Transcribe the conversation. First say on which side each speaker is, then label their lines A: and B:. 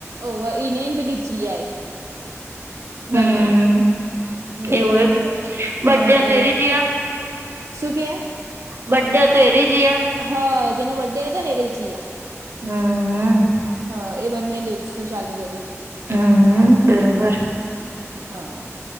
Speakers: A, on the right (about 85°); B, on the right (about 50°).
A: ઓ એનેન પેલી જીઆય બંને
B: હમ
A: હમ
B: એવું
A: એ બંને
B: એમ બર્ડે
A: હા
B: હતો
A: એ બ
B: એરી જયા
A: શું કેય આ
B: બડ્યા તો રીજયા
A: હાજેનો બર્ડે હતો ને રી જીયા
B: હમ હ
A: હ એ બંને ડીલ્સ નું ચાલુ કર્યું
B: હમ બરોબર
A: હા